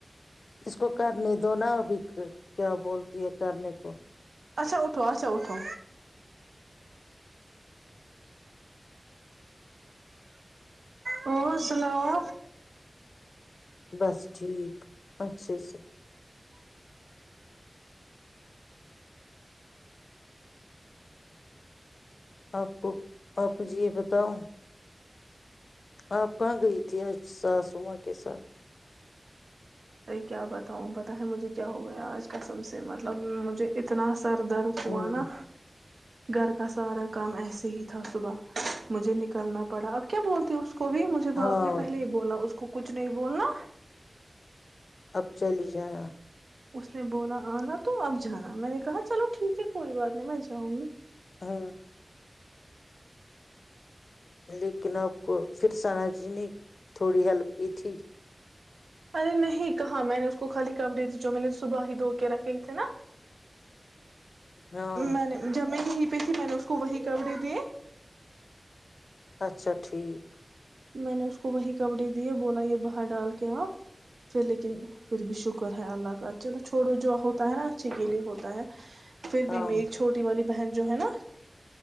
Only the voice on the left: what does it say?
اس کو کرنے دو نب کیا بولتی ہے کرنے کو
بس ٹھیک اچھے سر آپ کو آپ م جی یہ بتاؤ آپ کہاں گئی تھی آج ساسما کے ساتھ
ہوں
ہاں
اب چلی ہی جانا
ہاں لیکن آپ کو پھر سثناا جی نے تھوڑی ہیلپ کی تھی
ہاں
اچھا ٹھیک
ہاں